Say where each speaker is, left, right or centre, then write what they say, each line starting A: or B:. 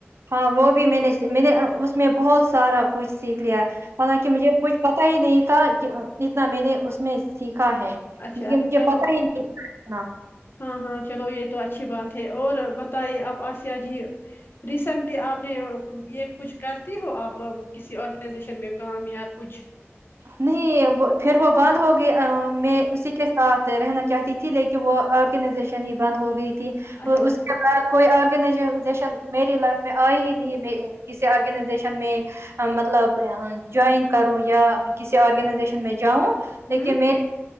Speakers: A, on the right; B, on the left.
A: ہاں وہ بھی میں نے میں نے اس میں بہت سارا کچھ سیکھ لیا حالانکہ مجھے کچھ پتا ہی نہیں تھا کہ اتنا میں نے اس میں سیکھ کا ہے
B: اچھا
A: ل
B: اچھا
A: مجھے
B: چلو
A: پتا ہی نہیں تھا
B: ہاں ہاں چلو یہ تو اچھی بات ہے اور بتائیے آپ آسیہ جی ریسینٹلی آپ نے یہ کچھ کرتی ہو آپ کسی آرگنائزیشن میں کام یا کچھ
A: نہیں پھر وہ بند ہو گئی میں اسی کے ساتھ رہنا چاہتی تھی لیکن وہ آرگنائزیشن ہی بند ہو گئی تھی تھی
B: اچھا اچھا
A: اس کے بعد کوئی آرگنائجزیشن میری لائف میں آئی ہی نہیں میں کسی آرگنائزیشن میں مطلب جوائن کروں یا کسی آرگنائزیشن میں جاؤں لیک
B: ہوں
A: میں